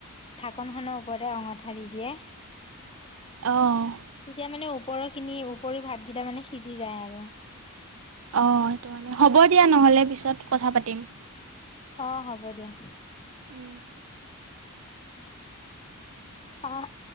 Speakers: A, on the left (about 25°); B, on the right (about 65°).
A: ঢাকনখনৰ ওপৰতে অঙঠা দি দিয়ে
B: অঁ
A: তেতিয়া মানে ওপৰৰ খিনি ওপৰিও ভাতকেইটা মানে সিজি যায় আৰু
B: অঁ সেইটো কাৰণে হ'ব দিয়া নহ'লে পিছত কথা পাতিম
A: অঁ হ'ব দিয়া
B: উওম
A: পাঁচ